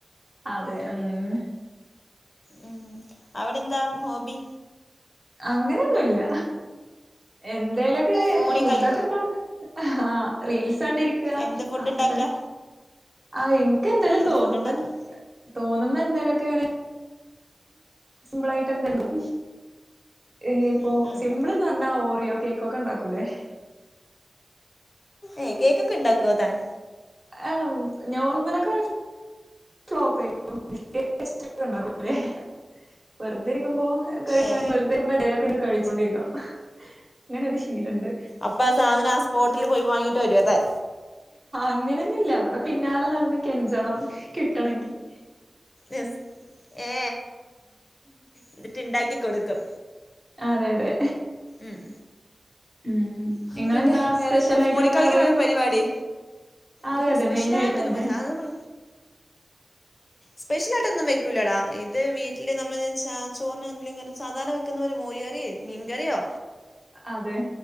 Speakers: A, on the right; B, on the left.
A: അതെ ഉം
B: ഉം അവിടെ എന്താ ഹോബി
A: അങ്ങനെയൊന്നുല്ല എന്തേലൊക്കെ
B: ഫോണിൽ
A: ഫുഡൊക്കെ
B: കളി
A: ഇണ്ടാക്കും ആഹ് റീൽസ് കണ്ടിരി- ക്ക
B: എന്ത് ഫുഡ്
A: അതൊക്കെ
B: ഉണ്ടാക്കുക
A: തന്നെ ആ എനിക്ക് എന്തേലും
B: എന്ത്
A: തോന്നുമ്പം
B: ഫുഡ് ഉണ്ടാക്കുക
A: തോന്നുമ്പോ എന്തേലൊക്കങ്ങനെ. സിമ്പിളായിട്ട് എന്തെങ്കും ഈ ഇപ്പോ
B: ഉം ഉം
A: സിമ്പിൾ എന്ത്‌ ആ പറഞ്ഞാ ഓറിയോ കേകൊക്കെ ഇണ്ടാക്കൂലേ.
B: ഏ കേകൊക്കെ ഇണ്ടാക്കുവോ താൻ
A: ആ നോർമലൊക്കെ ഫ്ലോപ്പ് ആയിപ്പോ വും. <unintelligible> വെറുതെ ഇരിക്കുമ്പോ കഴിക്കാൻ
B: ഏ
A: വെറുതെ ഇരിക്കുമ്പോ എന്തേലൊക്കെ കഴിച്ചോണ്ടിരിക്കണം. അങ്ങനൊരു ശീലണ്ട്.
B: അപ്പ ആ സാധനം ആ സ്പോട്ടിൽ പോയി വാങ്ങിയിട്ട് വരുമോ താൻ
A: അങ്ങനെയൊന്നുല്ല ഇവിടെ പിന്നാലെ നടന്ന് കെഞ്ചണം കിട്ടണെങ്കി-
B: യെസ് ഏ എന്നിട്ട് ഇണ്ടാക്കി കൊടുക്കും
A: അതെ അതെ
B: ഉം
A: ഉം
B: ഹ
A: ഇങ്ങളെന്താ
B: പിന്നെ വേറെന്താ
A: സ്പെഷ്യൽ ആയിട്ട്
B: ഫോണിൽ
A: വെക്കാറ്
B: കളിക്കലെന്നെ പരിപാടി
A: അതെ
B: ഞാൻ
A: അതെ
B: സ്പെഷ്യലായിട്ടൊന്നും
A: മെയിൻ ആയിട്ട് അതെന്നെ
B: പോയി സാധാരണ സ്പെഷ്യൽ ആയിട്ടൊന്നും വെക്കൂലടാ ഇത് വീട്ടില് നമ്മള് സാധാ ചോറിന് എന്തെങ്കിലും സാധാരണ വെക്കുന്ന ഒരു മോര്കറിയോ മീങ്കറിയോ
A: അതെ